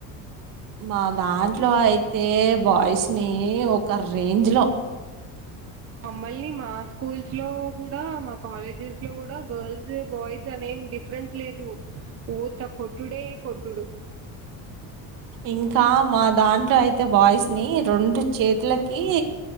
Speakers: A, on the right; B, on the right.
A: మా దాంట్లో అయితే బాయ్స్ ని ఒక రేంజ్ లో
B: మమ్మల్ని మా స్కూల్స్ లో కూడా మా కాలేజెస్ లో కూడా గర్ల్స్ బాయ్స్ అనే ఏం డిఫరెన్స్ లేదు ఊత కొట్టుడే కొట్టుడు
A: ఇంకా మా దాంట్లో అయితే బాయ్స్ ని రెండు చేతులకి